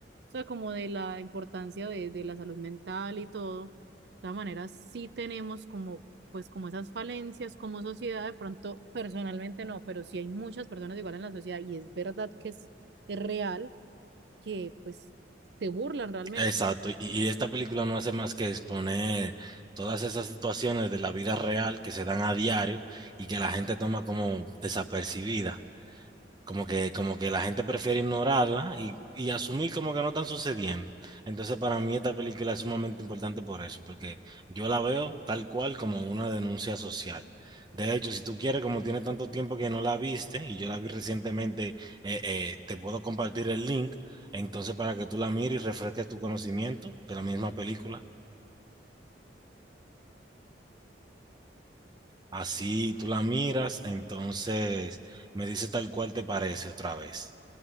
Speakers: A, on the right; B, on the right.
A: o sea, como de la importancia de, de la salud mental y todo. De todas maneras, sí tenemos como, pues, como esas falencias como sociedad, de pronto personalmente no, pero sí hay muchas personas igual en la sociedad y es verdad que es, es real que, pues, se burlan realmente.
B: exacto. Y, y esta película no hace más que exponer todas esas situaciones de la vida real que se dan a diario y que la gente toma como desapercibida. Como que, como que la gente prefiere ignorarla y, y asumir como que no están sucediendo. Entonces, para mí esta película es sumamente importante por eso, porque yo la veo tal cual como una denuncia social. De hecho, si tú quieres, como tiene tanto tiempo que no la viste, y yo la vi recientemente, eh, eh, te puedo compartir el link, entonces para que tú la mires y refresques tu conocimiento de la misma película. Así tú la miras, entonces me dice tal cual te parece otra vez.